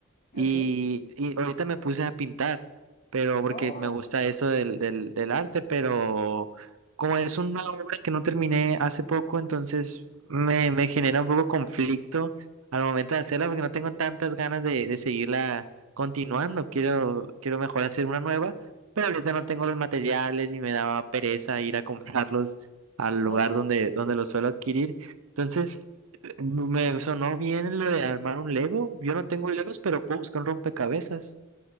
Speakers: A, on the right; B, on the left.
A: Y,
B: okay
A: y ahorita me puse a pintar, pero porque
B: Oh,
A: me gusta eso del, del, del arte, pero como es una obra que no terminé hace poco, entonces me, me genera un poco conflicto al momento de hacerla porque no tengo tantas ganas de, de seguirla continuando. Quiero, quiero mejor hacer una nueva, pero ahorita no tengo los materiales y me daba pereza ir a comprarlos al
B: oh,
A: lugar donde, donde los suelo adquirir. Entonces... Me sonó bien lo de armar un Lego. Yo no tengo Legos, pero puedo buscar un rompecabezas.